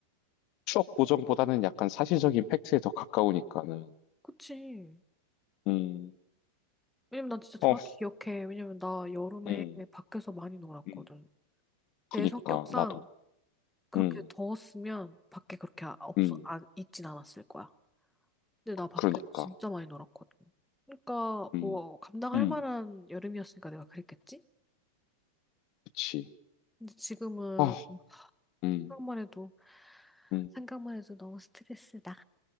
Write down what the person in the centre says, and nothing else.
그치?
왜냐면 난 진짜
정확히 기억해. 왜냐면 나 여름에
밖에서 많이 놀았거든.
내 성격상
그렇게
더웠으면 밖에 그렇게 아- 없어,
안, 있진 않았을 거야. 근데 나 밖에서
진짜 많이 놀았거든. 그러니까
뭐 감당할
만한 여름이었으니까 내가 그랬겠지?
근데 지금은
생각만 해도
생각만 해도 너무 스트레스다.